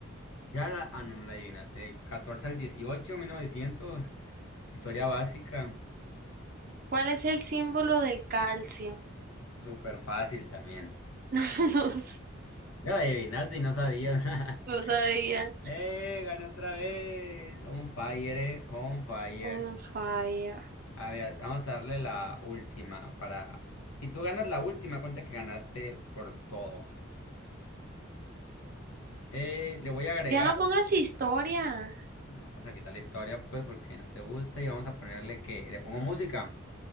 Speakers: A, on the left (about 80°); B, on the right (about 45°).
A: Ya la... Ah, no, no la adivinaste. De 14 al dieciocho, mil novecientos. Historia básica.
B: ¿Cuál es el símbolo del calcio?
A: Súper fácil también.
B: <laughs> No, sé,
A: Ya la adivinaste y no sabías. <laughs>
B: no sabía.
A: ¡Eh! Gané otra vez. On fire, eh. On fire.
B: Un falla.
A: A ver, vamos a darle la última para... Si tú ganas la última, cuenta que ganaste por todo. Eh, le voy a agregar...
B: Ya no pongas historia.
A: no, Vamos a quitar la historia, pues, porque no te gusta y vamos a ponerle que... Le pongo música.